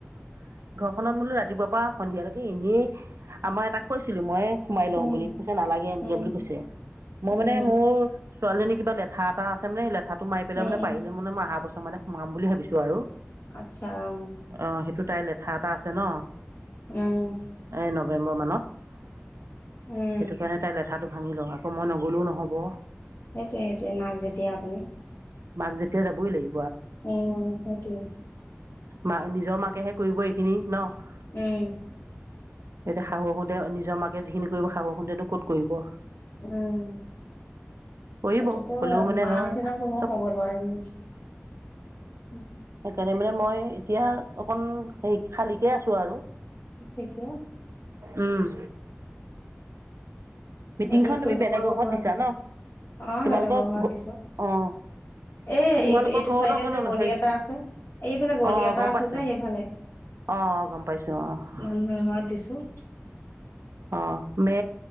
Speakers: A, on the right (about 90°); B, on the left (about 65°).
A: খনত বোলো ৰাতিপুৱাৰ পৰা সন্ধিয়ালৈকে এনেই আমাৰ এটাক কৈছিলোঁ মই সোমাই লওঁ
B: উম
A: বুলি, কৈছে নালাগে এনেকে
B: উম
A: বুলি কৈছে মই মানে
B: উম
A: মোৰ ছোৱালীজনীৰ কিবা লেঠা এটা আছে মানে লেঠা ত' মাৰ পেলাই
B: উম
A: মানে
B: উম
A: পাৰিলে মানে আহা চ মানে সোমাম বুলি ভাবিছো আৰু।
B: আচ্ছা অ
A: অ', সেইটো তাইৰ লেঠা এটা আ আছে ন'।
B: উম।
A: এ নৱেম্বৰ মানত। সেইটো
B: উম
A: কাৰণে তাই লেঠাটো ভাঙি লওঁ আকৌ মই নগলেও নহ'ব।
B: সেইটোৱেটো মাক যেতিয়া আপুনি।
A: মাক যেতিয়া যাবই লাগি
B: উম, সেইটোৱে।
A: মা নিজৰ মাকেহে কৰিব এইখিনি ন'।
B: উম।
A: এতিয়া শাহুৱেকহতে নিজৰ মাকে যিখিনি কৰিব শাহুহন্তে নো ক'ত কৰিব।
B: উম।
A: কৰিব
B: সেইটোতো
A: হ'লেও
B: হয়
A: মানে
B: মা
A: ধৰ
B: নিচিনা কোনো
A: চব
B: হ'ব নোৱাৰে, উম।
A: তেনে মানে মই এতিয়া অকন হে খালি কে আছো আৰু।
B: ঠিকে
A: উম'। মিটিংখন
B: বাকী ফুৰিব
A: তুমি বেলেগৰ
B: কৰিব
A: ঘৰত
B: কোৱা
A: দিছা
B: নাই
A: ন
B: অ'
A: তোমালোকৰ
B: বেলেগৰ ঘৰত দিছো
A: অঁ
B: এ'
A: তোমালোকৰ
B: এই এইটো
A: ঘৰলৈ
B: চাইডে
A: অকণ
B: যে গলি
A: হেৰি
B: এটা আছে এইফালে গলি
A: অঁ
B: এটা
A: গম
B: আছে
A: পাইছোঁ
B: যে সেইফালে
A: অঁ গম পাইছোঁ অঁ
B: মানুহে ঘৰত দিছো।
A: অঁ'। মে